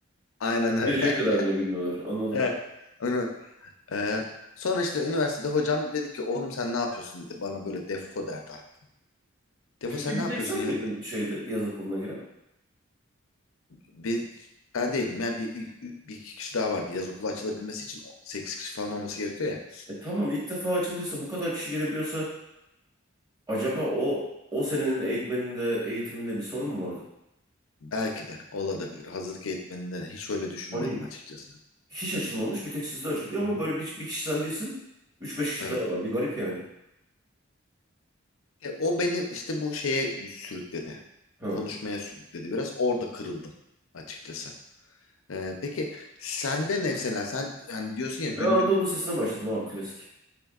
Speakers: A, on the left; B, on the right.
A: Aynen öyle.
B: Girecek kadar bile
A: <laughs>
B: bilmiyorlar. Anladım.
A: Evet. Onu, e, sonra işte üniversitede hocam dedi ki oğlum sen ne yapıyorsun dedi. Bana böyle defo derdi hatta. Defo
B: Peki
A: sen
B: bir
A: ne yapıyorsun
B: tek sen
A: ya
B: miydin
A: dedi.
B: şeyde yaz okuluna giren?
A: Biz, ben değildim. Yani bir, bir iki kişi daha vardı. Yaz okulu açılabilmesi için 8 kişi falan olması gerekiyor ya.
B: E tamam ilk defa açıldıysa bu kadar kişi girebiliyorsa acaba o o senenin eğitmeninde eğitiminde bir sorun mu vardı?
A: Belki de olabilir. Hazırlık eğitmeninde de hiç öyle düşünmedim
B: Hani
A: açıkçası.
B: hiç açılmamış bir tek sizde açılıyor
A: Hı
B: ama
A: hı.
B: böyle bir, bir kişi sen değilsin. üç beş kişi
A: Evet.
B: daha var. Bir garip yani.
A: E, o beni işte bu şeye sürükledi.
B: Ha.
A: Konuşmaya sürükledi biraz. Orada kırıldım açıkçası. E, peki sende ne mesela sen hani diyorsun ya günlük
B: Ben Anadolu Lisesi'ne başladım abi klasik.